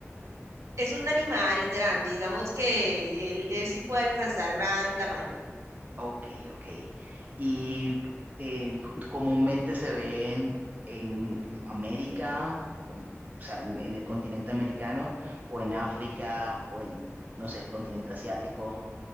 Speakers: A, on the right; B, on the right.
A: Es un animal grande, digamos que él, él sí puede alcanzar gran tamaño.
B: Ok, ok. ¿Y eh, comúnmente se ven en América, o, o sea, en, en el continente americano, o en África, o en, no sé, el continente asiático?